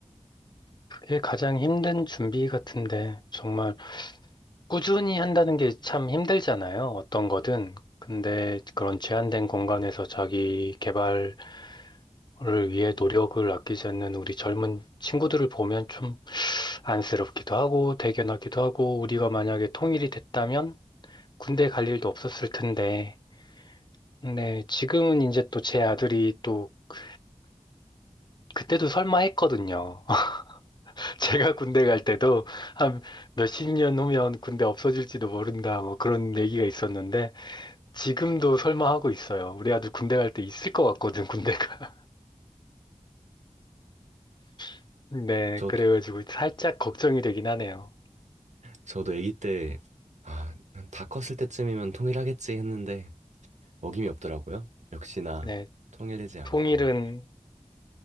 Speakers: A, on the left; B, on the right.
A: 그게 가장 힘든 준비 같은데, 정말 꾸준히 한다는 게 참 힘들잖아요. 어떤 거든. 근데 그런 제한된 공간에서 자기 개발 를 위해 노력을 아끼지 않는 우리 젊은 친구들을 보면 좀 안쓰럽기도 하고 대견하기도 하고 우리가 만약에 통일이 됐다면 군대 갈 일도 없었을 텐데 네 지금은 이제 또 제 아들이 또 그, 그때도 설마 했거든요. <laughs> 제가 군대 갈 때도 한 몇 십 년 후면 군대 없어질지도 모른다 뭐 그런 얘기가 있었는데 지금도 설마 하고 있어요. 우리 아들 군대 갈 때 있을 것 같거든 군대가. <laughs> 네
B: 저도,
A: 그래가지고 살짝 걱정이 되긴 하네요.
B: 저도 아기 때, 아, 다 컸을 때쯤이면 통일하겠지 했는데, 어김이 없더라고요. 역시나
A: 네.
B: 통일되지 않고.
A: 통일은